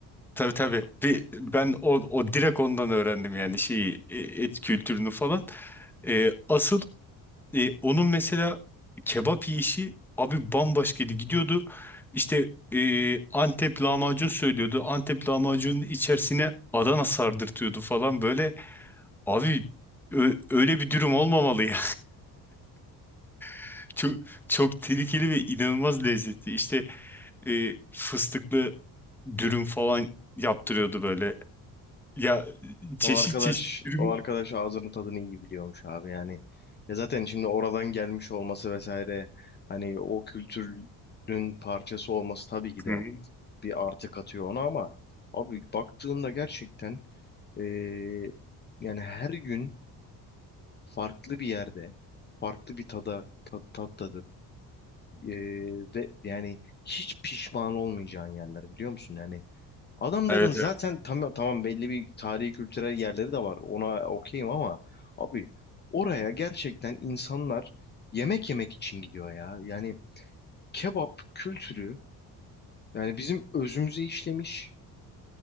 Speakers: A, in the centre; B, on the left (about 25°).
A: Tabii tabii bir, ben o, o direkt ondan öğrendim yani şeyi e, et kültürünü falan. E, asıl E, onun mesela kebap yiyişi abi bambaşkaydı. Gidiyordu işte e, Antep lahmacun söylüyordu. Antep lahmacunun içerisine Adana sardırtıyordu falan böyle. Abi ö- öyle bir durum olmamalı ya. <laughs> Çok, çok tehlikeli ve inanılmaz lezzetli. İşte e, fıstıklı dürüm falan yaptırıyordu böyle. Ya çeşit
B: O arkadaş,
A: çeşit dürüm.
B: o arkadaş ağzının tadını iyi biliyormuş abi yani. Ya zaten şimdi oradan gelmiş olması vesaire hani o kültürün parçası olması tabii ki de
A: Hı hı.
B: bir artı katıyor ona ama abi baktığında gerçekten eee, yani her gün farklı bir yerde farklı bir tada tat, tat tadı Ee, ve yani hiç pişman olmayacağın yerler biliyor musun? Yani adamların
A: Evet
B: zaten
A: evet.
B: tam, tamam belli bir tarihi kültürel yerleri de var. Ona okeyim ama abi oraya gerçekten insanlar yemek yemek için gidiyor ya. Yani kebap kültürü yani bizim özümüze işlemiş.